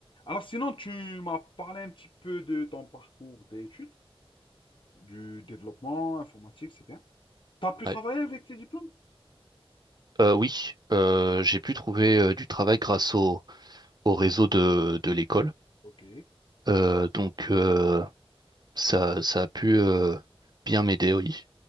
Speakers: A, on the left; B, on the right.
A: Alors sinon, tu m'as parlé un petit peu de ton parcours d'études, du développement informatique, c'est bien. Tu as pu
B: Ouais.
A: travailler avec tes diplômes?
B: Euh, oui, euh, j'ai pu trouver euh, du travail grâce au, au réseau de, de l'école.
A: Ok,
B: Euh, donc euh, ça, ça a pu euh, bien m'aider, oui.